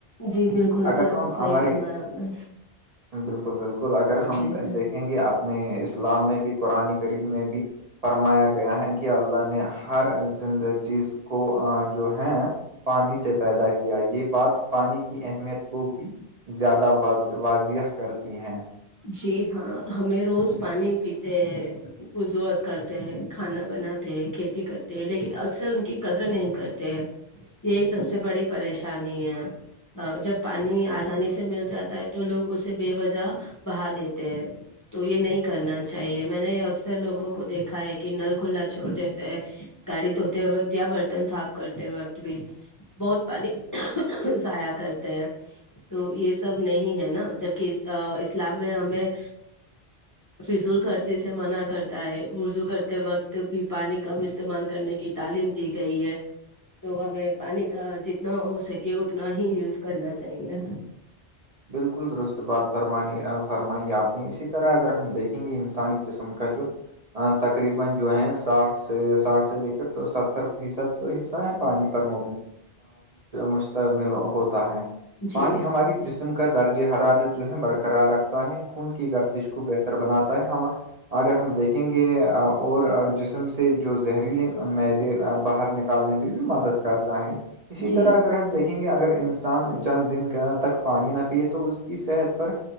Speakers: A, on the left; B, on the right.
A: جی بالکل
B: اگر
A: جی
B: ہم
A: صحیح
B: ہماری
A: فرمایا آپ نے
B: بالکل بالکل اگر ہم
A: جی
B: دیکھ دیں گے اپنے اسلام میں بھی قرآن قریب میں بھی فرمایا گیا ہے کہ اللہ نے نے ہر زندہ چیز کو جو جو ہے پانی سے پیدا کیا یہ بات پانی کی اہمیت کو بھی زیادہ وض واضح کرتی ہیں
A: جی ہاں ہمیں روز پانی پیتے ہیں وضوت کرتے ہیں کھانا بناتے ہیں کھیتی کرتے ہیں لیکن اکثر ان کی قدر نہیں کرتے ہیں یہی سب سے بڑی پریشانی ہے جب پانی آسانی سے مل جاتا ہے تو لوگ اسے بے وجہ بہا دیتے ہیں تو یہ نہیں کرنا چاہیے میں نے اکثر لوگوں کو دیکھا ہے کہ نل کھلا چھوڑ دیتے ہے گاڑی دھوتے وقت یا برتن صاف کرتے وقت بھی بہت پانی ضیاء کرتے ہیں تو یہ سب نہیں ہے نا جبکہ اسلام میں ہمیں فضول خرچی سے منع کرتا ہے وضوع کرتے وقت بھی پانی کم استعمال کرنے کی تعلیم دی گئی ہے تو ہمیں پانی کا جتنا ہو سکے اتنا ہی یوز کرنا چاہیے
B: بالکل درست بات فرم فرمائی آپ نے اسی طرح اگر ہم دیکھیں انسانی جسم کا جو تقریبن جو ہے ساٹھ سے ساٹھ سے لے کر تو ستر فیصد جو حصہ ہے پانی پر مب مشتمل ہوتا ہے پانی
A: جی
B: ہماری جسم کا درج حرارت جو ہے برقرار رکھتا ہے خون کی گردش کو بہتر بناتا ہے ہم اگر ہم دیکھیں گے اور جسم سے جو زہریلے معیدے باہر نک پالنے میں بھی مدد کرتا ہے اسی
A: جی
B: طرح اگر ہم دیکھیں گے اگر انسان چند دن کا تک پانی نہ پیئے تو اس کی صحت پر